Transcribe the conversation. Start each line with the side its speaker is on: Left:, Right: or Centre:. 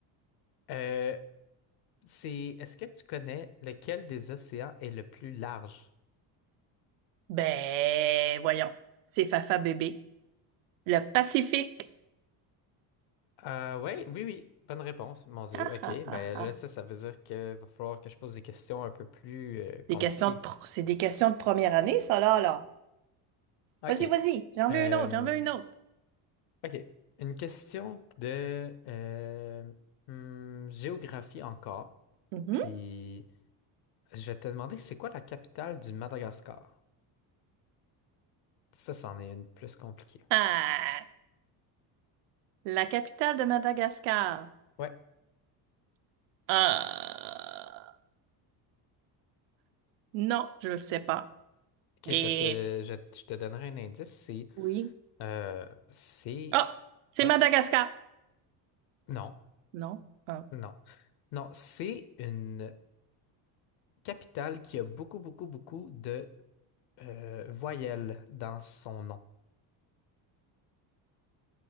Left: Euh, c'est, est-ce que tu connais lequel des océans est le plus large?
Right: Ben, voyons. C'est Fafa bébé. Le Pacifique.
Left: Euh, ouais, oui, oui, bonne réponse, mon Dieu.
Right: Ah,
Left: OK,
Right: ah,
Left: ben
Right: ah, ah.
Left: là, ça, ça veut dire qu'il va falloir que je pose des questions un peu plus euh, compliquées.
Right: Des questions de pro- C'est des questions de première année, ça, là, là.
Left: OK.
Right: Vas-y, vas-y. J'en
Left: Euh,
Right: veux une autre, j'en veux une autre.
Left: OK. Une question de euh, hmm, géographie encore.
Right: Mhm.
Left: Puis je vais te demander c'est quoi la capitale du Madagascar? Ça, c'en est une plus compliquée.
Right: Ah, la capitale de Madagascar.
Left: Ouais.
Right: Ah, non, je le sais pas.
Left: OK,
Right: Et
Left: je vais te, je, je te donnerai un indice. C'est
Right: oui.
Left: euh, c'est
Right: Ah, c'est
Left: ah,
Right: Madagascar.
Left: non.
Right: Non. Ah.
Left: Non. Non, c'est une capitale qui a beaucoup, beaucoup, beaucoup de euh, voyelles dans son nom.